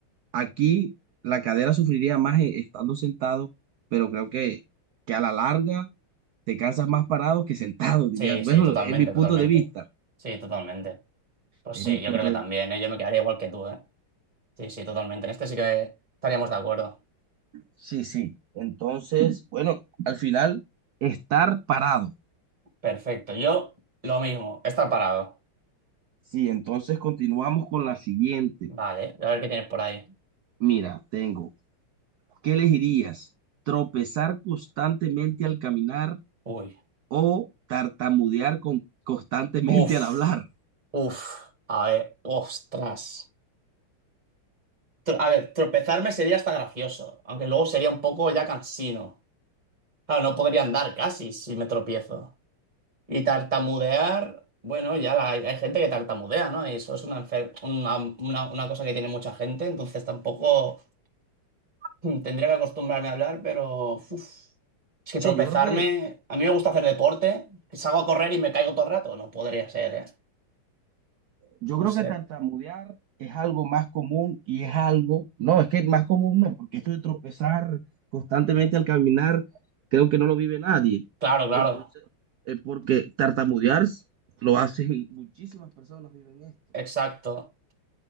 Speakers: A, on the right (about 75°); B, on the right (about 20°).
A: Aquí la cadera sufriría más eh, estando sentado, pero creo que, que a la larga te cansas más parado que sentado, diría.
B: Sí,
A: Pues,
B: sí,
A: Bueno,
B: totalmente,
A: es mi punto
B: totalmente.
A: de vista.
B: Sí, totalmente. Pues
A: Es
B: sí,
A: mi punto
B: yo creo que
A: de
B: también,
A: vista.
B: ¿eh? Yo me quedaría igual que tú, ¿eh? Sí, sí, totalmente. En este sí que estaríamos de acuerdo.
A: Sí, sí. Entonces, bueno, al final, estar parado.
B: Perfecto. Yo, lo mismo. Está parado.
A: Sí, entonces continuamos con la siguiente.
B: Vale, a ver qué tienes por ahí.
A: Mira, tengo, ¿qué elegirías? ¿Tropezar constantemente al caminar
B: Uy.
A: o tartamudear con- constantemente
B: Uf.
A: al hablar?
B: Uf. A ver. Ostras. Tro- A ver, tropezarme sería hasta gracioso, aunque luego sería un poco ya cansino. Claro, no podría andar casi si me tropiezo. Y tartamudear, bueno, ya la- hay gente que tartamudea, ¿no? Y eso es una, enfer- una, una- una cosa que tiene mucha gente, entonces tampoco <laughs> mm, tendría que acostumbrarme a hablar, pero uf, es que
A: Sí,
B: tropezarme,
A: yo creo que
B: a mí me gusta hacer deporte, que salgo a correr y me caigo todo el rato, no podría ser, ¿eh?
A: Yo creo
B: No sé.
A: que tartamudear es algo más común y es algo, no, es que más común no, porque esto de tropezar constantemente al caminar, creo que no lo vive nadie.
B: Claro, claro,
A: Entonces, eh, porque tartamudear lo hacen <laughs> muchísimas personas viven esto.
B: exacto.